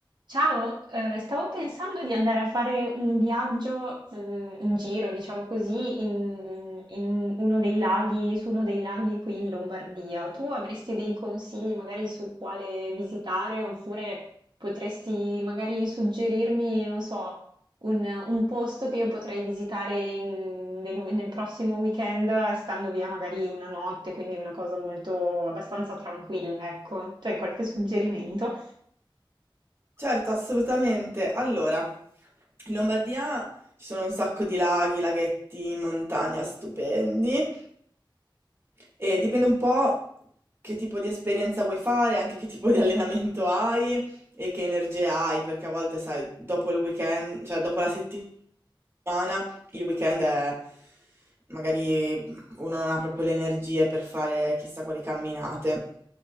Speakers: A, on the right; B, on the right.
A: Ciao, eh, stavo pensando di andare a fare un viaggio, eh, un giro, diciamo così, in, in un- uno dei laghi, su uno dei laghi qui in Lombardia. Tu avresti dei consigli magari su quale visitare, oppure potresti magari suggerirmi, non so, un, un posto che io potrei visitare in- nel, nel prossimo weekend, stando via magari una notte, quindi una cosa molto abbastanza tranquilla, ecco. Tu hai qualche suggerimento?
B: Certo, assolutamente. Allora, in Lombardia ci sono un sacco di laghi, laghetti, in montagna stupendi eh, dipende un po' che tipo di esperienza vuoi fare, anche che tipo di <laughs> allenamento hai e che energie hai, perché a volte, sai, dopo il weekend, cioè dopo la settimana, il weekend è... magari uno non ha proprio le energie per fare chissà quali camminate.